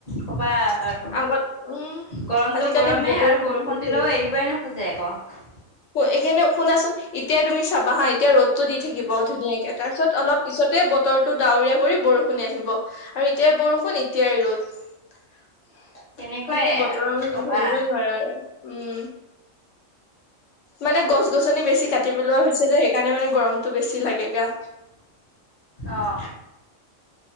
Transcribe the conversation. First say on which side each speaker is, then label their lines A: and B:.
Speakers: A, on the left; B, on the left.
A: ক'বা আৰু
B: আগত উম
A: গৰমটো
B: আজিকালি
A: গৰমেই
B: বতৰটো
A: আৰু বৰষুণ
B: বহুত
A: দিলেও এৰিবই নোখোজে আকৌ। <unintelligible>
B: এইখিনি শুনাচোন এতিয় তুমি চাবা হা। এতিয়া ৰ'দটো দি থাকিব। ধুনীয়াকে তাৰপিছত অলপ পিছতে বতৰটো ডাৱৰীয়া কৰি বৰষুণে আহিব আৰু এতিয়াই বৰষুণ এতিয়াই ৰ'দ।
A: তেনেকুৱাই
B: মানে বতৰৰ
A: আৰু
B: মত
A: কি ক'বা
B: ধৰিবৈ নোৱাৰা আৰু উম মানে গছ গছ গছনি বেছি কাটি পেলোৱা হৈছে। সেই কাৰণে মানে গৰমতটো বেছি লাগে গাত।
A: আহ